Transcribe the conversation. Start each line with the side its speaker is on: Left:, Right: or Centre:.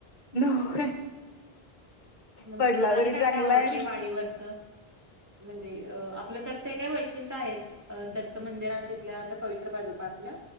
Left: <inaudible>
Right: मग
Left: पडला
Right: तुम्हाला आणि
Left: तरी
Right: काय
Left: चांगलाय
Right: काय आवडतं वाडीवरचं. म्हणजे अ आपलं तर ते काय वैशिष्ट्य आहेच. दत्त मंदिरां घेतल्या आता पवित्र बाजू का आपल्या